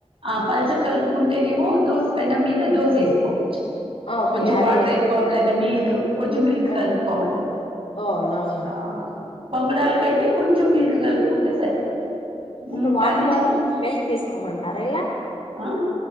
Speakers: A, on the right (about 55°); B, on the left (about 65°).
A: ఆ పల్చగా కలుపుకుంటేనేమో దోస పెన్నం మీద దోస వేసుకోవచ్చు
B: ఓకే
A: కొంచెం
B: అదే
A: వాటర్ ఎక్కువ లేక మిల్క్ కొంచెం మిల్క్
B: ఓ
A: కలుపుకోవాలి
B: అవునవునవును
A: ఆ పొంగడాలకయితే కొంచెం మిల్క్ కలుపుకుంటే సరిపోతుంది మ్,
B: ఇప్పుడు వాటర్
A: కానీ
B: బదులు
A: చి-
B: మిల్క్ తీసుకోమంటారా ఇలా
A: ఆ